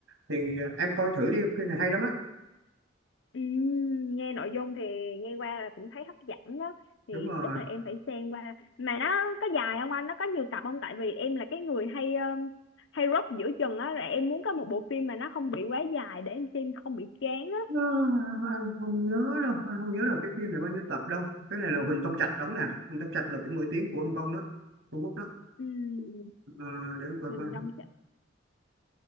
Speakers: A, on the right; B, on the left.
A: thì ờ, em coi thử đi phim này hay lắm á
B: Ừ, nghe nội dung thì nghe qua là cũng thấy hấp dẫn đó thì
A: đúng rồi
B: chắc là em phải xem qua mà nó có dài không anh nó có nhiều tập không tại vì em là cái người hay um, hay rớp giữa chừng á là em muốn có một bộ phim mà nó không bị quá dài để em xem không bị chán á
A: Nó, anh không nhớ đâu anh không nhớ là cái phim này bao nhiêu tập đâu cái này là Huỳnh Tông Trạch đóng nè Huỳnh Tông Trạch là cũng nổi tiếng của Hồng Kông đó Trung Quốc đó
B: ừ,
A: Ờ, để anh coi
B: mình
A: coi
B: đông